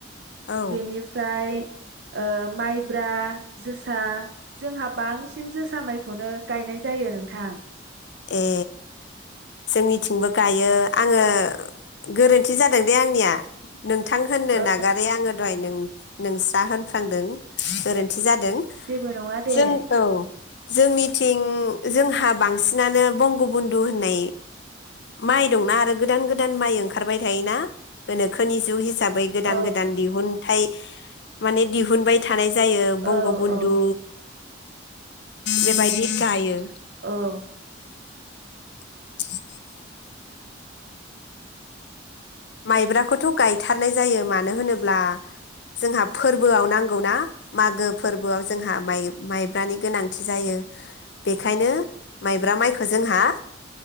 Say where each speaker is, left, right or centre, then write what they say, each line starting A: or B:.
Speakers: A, on the left; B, on the right.
A: औ
B: बेनिफ्राय ओ माइब्रा जोसा जोंहा बांसिन जोसा माइ बेखौनो गायनाय जायो नों थां
A: ए जोंनिथिंबो गायो‌। आङो गोरोन्थि जादों दे आंनिया नोंथां होननो
B: ओ
A: नागारै आङो द नोंस्रा होनफ्लांदों गोरोन्थि जादों।
B: जेबो नङा दे
A: जों औ जोंनिथिं जोंहा बांसिन बांसिनानो बंग' बन्धु होननाय। माइ दंना आरो गोदान गोदान माइ ओंखारबाय थायोना गोनोखोनि जुग हिसा बै गोदान
B: औ
A: गोदान दिहुनथाइ माने थानाय जायो।
B: औ
A: बंग बन्धु
B: औ
A: बेबायदि गायो।
B: औ
A: <unintelligible> माइब्राखौथ' गायथारनाय जायो मानो होनोब्ला जोंहा फोरबोआव नांगौ ना मागो फोरबोआव जोंहा माइब्रानि गोनांथि जायो बेखायनो माइब्रा माइखौ जोंहा।